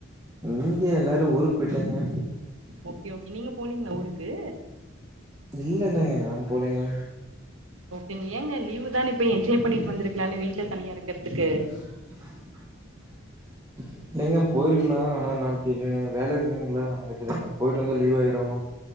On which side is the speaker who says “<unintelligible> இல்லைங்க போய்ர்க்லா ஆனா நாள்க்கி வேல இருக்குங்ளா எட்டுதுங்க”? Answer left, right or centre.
Right